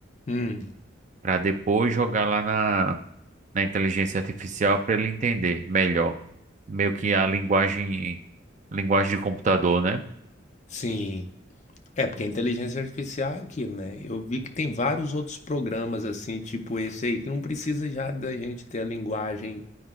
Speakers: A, on the left (about 35°); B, on the right (about 35°).
A: Hum,
B: para depois jogar lá na, na inteligência artificial para ele entender melhor. Meio que a linguagem, linguagem de computador, né?
A: sim. É, porque a inteligência artificial é aquilo, né? Eu vi que tem vários outros programas assim, tipo esse aí, que não precisa já da gente ter a linguagem